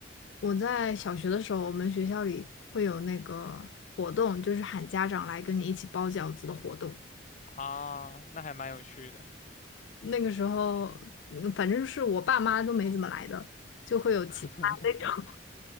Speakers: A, on the left (about 75°); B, on the left (about 40°).
A: 我在小学的时候，我们学校里会有那个活动，就是喊家长来跟你一起包饺子的活动。
B: 啊，那还蛮有趣的。
A: 那个时候，嗯反正是我爸妈都没怎么来的，就会有其他那种。
B: <laughs>